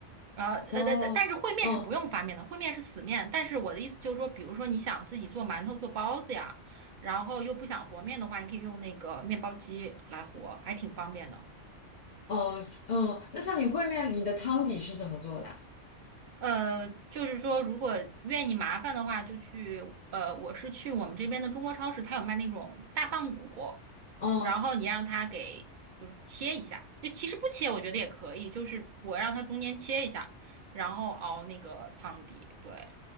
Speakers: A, on the right; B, on the left.
A: 然后呃，
B: 哦，
A: 但但但是烩面是不用发面的，
B: 嗯
A: 烩面是死面。但是我的意思就是说，比如说你想自己做馒头、做包子呀，然后又不想和面的话，你可以用那个面包机来和，还挺方便的。
B: 哦，嗯，那像你烩面，你的汤底是怎么做的啊？
A: 呃，就是说如果愿意麻烦的话，就去呃，我是去我们这边的中国超市，它有卖那种大棒骨，
B: 嗯
A: 然后你让它给就是切一下，就其实不切我觉得也可以，就是我让它中间切一下，然后熬那个汤底，对。